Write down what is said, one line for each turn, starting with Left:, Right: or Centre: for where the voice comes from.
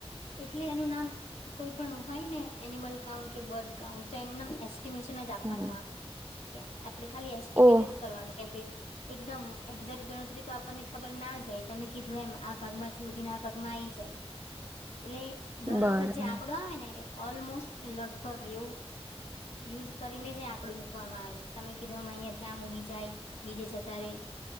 Left: એટલે એનું નામ કોઈ પણ હોય ને એનિમલ કાઉન્ટ કે બર્ડ કાઉન્ટ તો એનું નામ એસ્ટિમેશન જ આપવાનું
Right: હમ.
Left: આવે કે આપણે ખાલી એસ્ટિમેટ
Right: ઓહ
Left: જ કરવાનું કેમ કે એકદમ એક્ઝેક ગણતરી તો આપણને ખબર ના જ હોય તમે કીધું એમ આ ભાગમાંથી ઉડીને આ ભાગમાં આવી જાય એટલે દર
Right: બરાબર
Left: વખત જે આંકડો આવે ને એ ઓલમોસ્ટ લગભગ એવું યુઝ કરીને જ આંકડું મૂકવામાં આવે તમે કીધો અહીંયાથી આમ ઉડી જાય બીજે જતારે